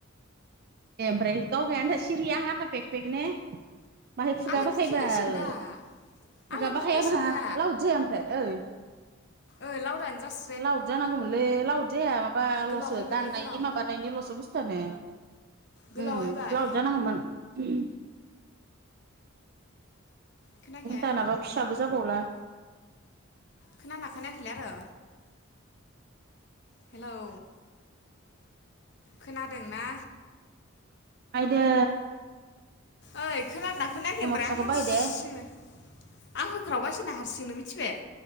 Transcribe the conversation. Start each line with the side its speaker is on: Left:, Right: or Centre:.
Right: ए ओफ्राय गाव गाय सिरि आंहा पेक पेक ने। माहाय खुगा
Left: आंलाय
Right: बाहायबाल
Left: बुखिगासिनो दा
Right: खुगा
Left: आंलाय
Right: बाहायबाल
Left: बुंगासिनो दा
Right: लाव जाया ओमफ्राय ओइ
Left: ओइ लावदां जास
Right: लावद जानांगौमोनलै लावद जाया माबाल'सो
Left: गोलाव हायबायलै
Right: दाननायनि
Left: गोलाव
Right: माबानायनिल'सो बुस्थुआनो।
Left: गोलाव
Right: उम
Left: हायबाय
Right: लावद जानांगौमोन। <inaudible>
Left: खोनायाखै
Right: नों दानाबा फिसाबो जाबावला।
Left: खोनाना खोनायाखैलै आरो हेलौ! खोनादोंना?
Right: आदै।
Left: ओइ खोनादोंना खोनाखै ओमफ्राय
Right: फिसाखौ
Left: आं हारसिंनो
Right: बायदे
Left: आं होख्रावगासिनो हारसिंनो मिथिबाय।